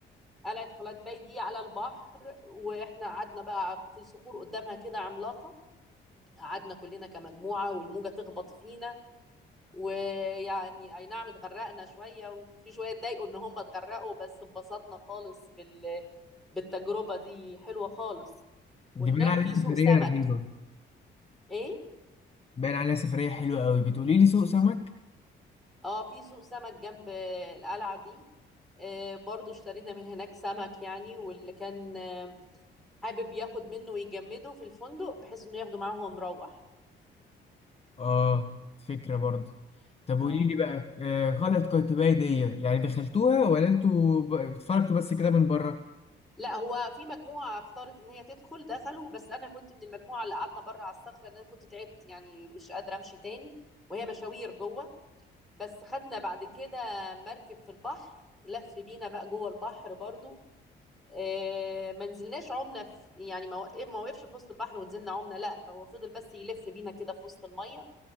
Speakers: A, in the centre; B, on the left.
A: قلعة قلاتباي دي على البحر واحنا قعدنا بقى في صخور قدامها كده عملاقة قعدنا كلنا كمجموعة والموجة تخبط فينا ويعني اي نعم اتغرقنا شوية وفي شوية اتضايقوا ان هم اتغرقوا بس انبسطنا خالص بال... بالتجربة دي حلوة خالص وهناك
B: دي باين عليها
A: في سوق
B: سفريه
A: سمك
B: رهيبه
A: ايه
B: باين عليها سفريه حلوه قوي بتقولي لي سوق سمك
A: اه في سوق سمك جنب القلعة دي آه، برضو اشترينا من هناك سمك يعني واللي كان آه، حابب ياخد منه ويجمده في الفندق بحيث انه ياخده معاه وهو مروح
B: اه فكرة برضه طب
A: اه
B: قولي لي بقى آه غلط قيتباي دي يعني دخلتوها ولا انتوا ب- اتفرجتوا بس كده من بره
A: لا هو في مجموعة اختارت ان هي تدخل دخلوا بس انا كنت من المجموعة اللي قعدنا بره على الصخرة لان انا كنت تعبت يعني مش قادرة امشي تاني وهي مشاوير جوه بس خدنا بعد كده مركب في البحر لف بينا بقى جوه البحر برضو آه، ما نزلناش عمنا في يعني ما وقف- ما وقفش في وسط البحر ونزلنا عمنا لا هو فضل بس يلف بينا كده في وسط المية